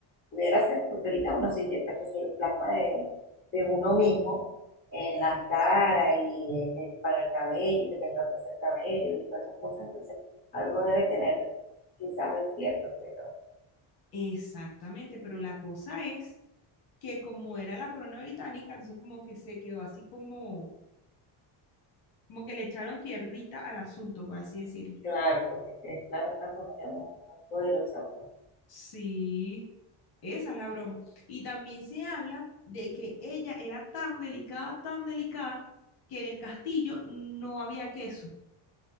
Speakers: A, on the left (about 20°); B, on the left (about 50°).
A: pudiera ser, porque ahorita uno se inyecta que si el plasma de, de uno mismo en la cara y eh, que para el cabello y que te ayuda a crecer el cabello y todas esas cosas, entonces algo debe tener, quizás es cierto, pero
B: exactamente, pero la cosa es que como era la corona británica, entonces como que se quedó así como, como que le echaron tierrita al asunto, por así decirlo.
A: claro, porque es que, claro, es una familia muy, muy poderosa, pues,
B: Sí, esa es la broma. Y también se habla de que ella era tan delicada, tan delicada, que en el castillo no había queso,